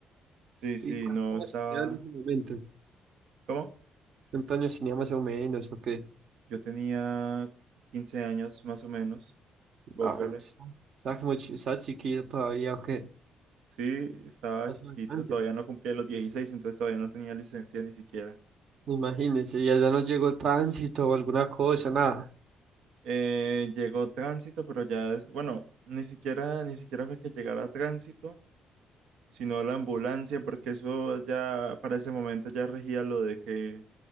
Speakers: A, on the right; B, on the right.
A: Sí, sí,
B: ¿Y cuántos
A: no
B: años
A: estaba.
B: tenía en ese momento?
A: ¿Cómo?
B: ¿Cuántos años tenía más o menos o qué?
A: Yo tenía 15 años más o menos,
B: No,
A: póngale.
B: no sé. estaba como chi- estaba chiquilla todavía o qué,
A: Sí, estaba
B: hace
A: chiquito,
B: bastante.
A: todavía no cumplía los 16, entonces todavía no tenía licencia ni siquiera.
B: Imagínese, ya, ya no llegó el tránsito o alguna cosa, nada.
A: Eh, llegó tránsito, pero ya es, bueno, ni siquiera, ni siquiera fue que llegara tránsito, sino la ambulancia, porque eso ya para ese momento ya regía lo de que,